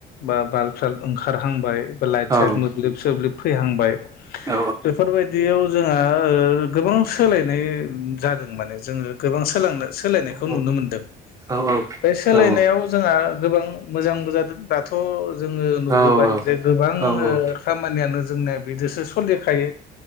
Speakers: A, on the left; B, on the right.
A: बा बाल्ब साल्ब ओंखारहांबाय बा लाइट साइट
B: औ
A: मोब्लिब सोब्लिब फैहांबाय
B: औ
A: बेफोरबायदियाव जोंहा ओ गोबां सोलाय ओ जादों माने जोङो गोबां सोलोंनो सोलायनायखौ
B: औ
A: नुनो मोनदों
B: औ
A: बे सोलायनायाव
B: औ
A: जोंहा गोबां मोजांबो जादों दाथ' जोङो नुबोबाय
B: औ
A: जे गोबां
B: औ नंगौ
A: खामानि जोंना बिदिसो सनदेरखायो